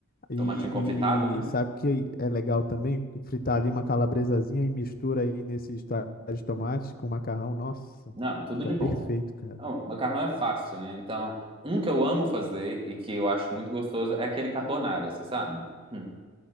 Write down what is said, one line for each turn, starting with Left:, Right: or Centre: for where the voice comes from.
Left: E,
Right: tomatinho confitado, né?
Left: e sabe que é legal também fritar ali uma calabresazinha e mistura aí nesse extrato de tomate com macarrão. Nossa,
Right: Não, tudo
Left: fica
Right: de
Left: perfeito,
Right: bom.
Left: cara.
Right: Não, macarrão é fácil, né? Então, um que eu amo fazer e que eu acho muito gostoso é aquele carbonara, você sabe? Hum.